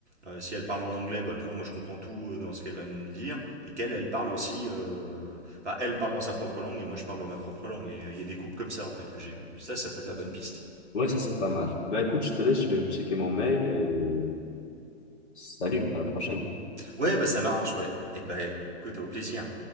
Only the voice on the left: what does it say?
ouais, ça c'est pas mal. Bah écoute, je te laisse, je vais checker mon mail et salut, à la prochaine.